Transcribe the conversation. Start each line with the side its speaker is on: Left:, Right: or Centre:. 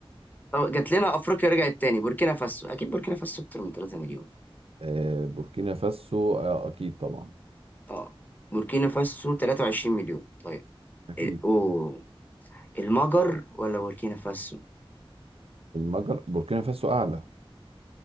Left: طب جات لنا افريقيا رجعت تاني بوركينا فاسو اكيد بوركينا فاسو اكتر من 3 مليون
Right: آه بوركينا فاسو آه اكيد طبعا
Left: اه بوركينا فاسو 23 مليون طيب
Right: اكيد
Left: ال- اوه المجر ولا بوركينا فاسو
Right: المجر بوركينا فاسو اعلى